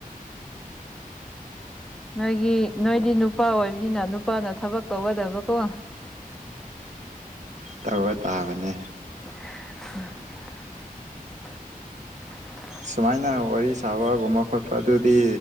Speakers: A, in the centre; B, on the right.
A: ꯅꯣꯏꯒꯤ ꯅꯣꯏꯗꯤ ꯅꯨꯄꯥ ꯑꯣꯏꯕꯅꯤꯅ ꯅꯨꯄꯥꯅ ꯊꯕꯛ ꯇꯧꯒꯗꯕꯀꯣ
B: ꯇꯧꯕ ꯇꯥꯕꯅꯦ
A: <inaudible>
B: ꯁꯨꯃꯥꯏꯅ ꯋꯥꯔꯤ ꯁꯥꯕꯒꯨꯝꯕ ꯈꯣꯠꯄ ꯑꯗꯨꯗꯤ